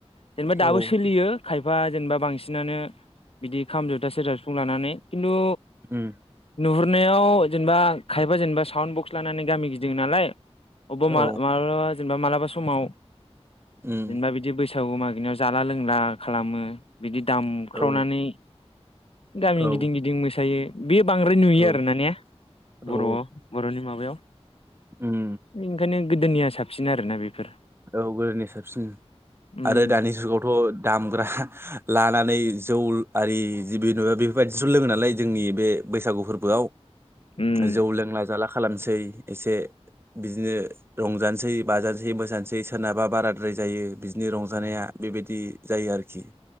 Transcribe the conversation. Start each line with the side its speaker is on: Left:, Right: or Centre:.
Left: जेनेबा
Right: औ
Left: दाबो सोलियो खायफा जेनेबा बांसिनानो बिदि खाम जथा सेरजा सिफुं लानानै खिन्थु
Right: उम
Left: नुहुरनायाव जेनेबा खायफा जेनेबा साउड बक्स लानानै गामि गिदिं नालाय अबबा
Right: औ
Left: माबा जेनेबा मालाबा समाव
Right: उम
Left: जेनेबा बिदि बैस थिसाव मागिनायाव जाला लोंला खालामो बिदि दामख्रावनानै
Right: औ
Left: गामि
Right: औ
Left: गिदिं गिदिं मोसायो बे बांद्राय नुयो
Right: औ
Left: आर न नेया बर'
Right: औ
Left: बर'नि माबायाव
Right: उम
Left: ओंखायनो गोदोनिया साबसिन आरोना बेफोर
Right: औ गोदोनि साबसिन
Left: उम
Right: आरो दानि जुगावथ' दामग्रा लानानै जौ आरि जि ना बेफोरबायदिस' लोङो नालाय जोंनि बे बैसागु फोरबोआव
Left: उम
Right: जौ लोंला जाला खालामसै एसे बिदिनो रंजानोसै बाजानोसै मोसानोसै जै सोरनाबा बाराद्राय जायो बिदिनि रंजानाया बेबायदि जायो आरोखि